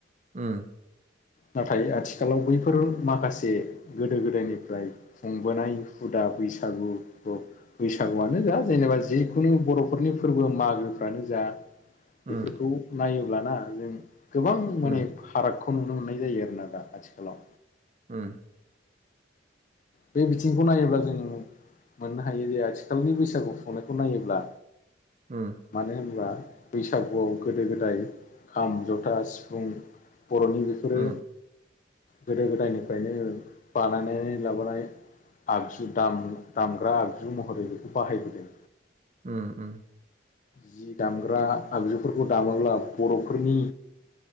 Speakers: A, on the right; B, on the left.
A: ओम
B: नाथाय आथिखालाव बैफोर माखासे गोदो गोदायनिफ्राय खुंबोनाय हुदा बैसागु खौ बैसागुआनो जा जेनेबा बा जेनेबा जिखुनु बर'फोरनि फोरबो मागोफ्रानो जा
A: उम
B: बेफोरखौ नायोब्लाना जों गोबां माने
A: उम
B: फाराग खौ नुनो मोननाय जायो आरोना दा आथिखालाव
A: ओम
B: बे बिथिंखौ नायोब्ला जोंङो मोननो हायो आथिखालनि बैसागु खुंनायखौ नायोब्ला
A: उम
B: मानो होनोबा बैसागुआव गोदो गोदाय खाम, जथा, सिफुं बर'नि बेफोरो
A: उम
B: गोदो गोदायनिफ्रायनो बानायनानै लाबोनाय आगजु दाम दामग्रा आगजु महरै बेखौ बाहायबोदों
A: उम - उम
B: जि दामग्रा आगजुफोरखौ दामोब्ला बर'फोरनि